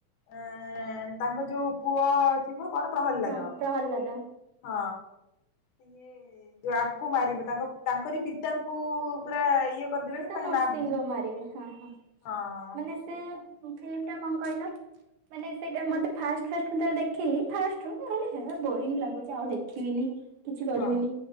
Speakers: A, on the left (about 80°); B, on the right (about 75°).
A: ଏ ତାଙ୍କ ଯୋଉ ପୁଅ ଥିବ କଣ ପ୍ରହ୍ଲାଦ।
B: ହଁ ପ୍ରହ୍ଲାଦ।
A: ହଁ। ଇଏ ଯଉ ଆଙ୍କୁ ମାରିବ ତାଙ୍କ ତାଙ୍କରି ପିତାଙ୍କୁ ପୁରା ଇଏ। କରିଦେବେ
B: ସେଟା
A: ନା ତାଙ୍କ
B: ନୃଷୀଙ୍ଗ
A: ନାଭି
B: ମାରିବେ ହଁ ହଁ
A: ହଁ
B: ମାନେ ସେ।
A: ସେଇଟା
B: ଉଁ ଫିଲିମ ଟା କଣ କହିଲ ମାନେ ସେଇଟା ମତେ ଫାର୍ଷ୍ଟ ଫାର୍ଷ୍ଟ। ମୁଁ <unintelligible> ଦେଖିଲି ଫାର୍ଷ୍ଟରୁ ମୁଁ କହିଲି ହେ ବୋରିଙ୍ଗ ଲାଗୁଛି ଆଉ ଦେଖିବିନି। କିଛି କରିବିନି
A: ହଁ